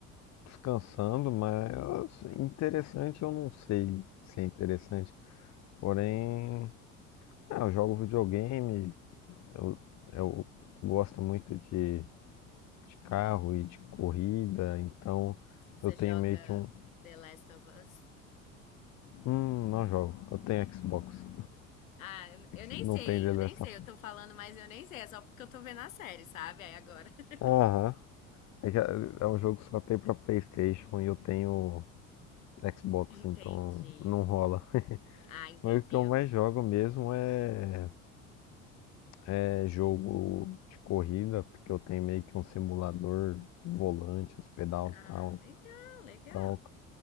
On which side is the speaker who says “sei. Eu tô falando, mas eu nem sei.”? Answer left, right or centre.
Left